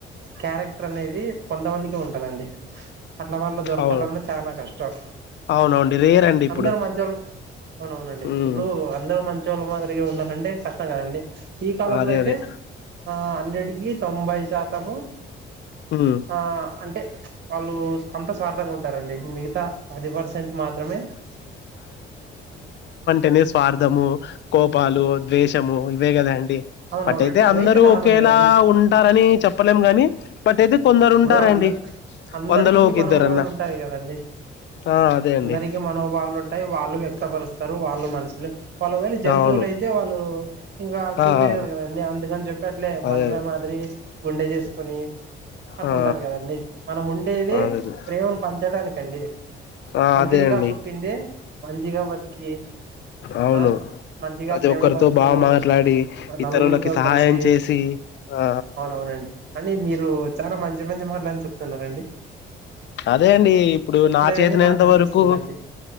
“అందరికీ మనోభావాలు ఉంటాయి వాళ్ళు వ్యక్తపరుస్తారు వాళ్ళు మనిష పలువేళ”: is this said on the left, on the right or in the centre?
Right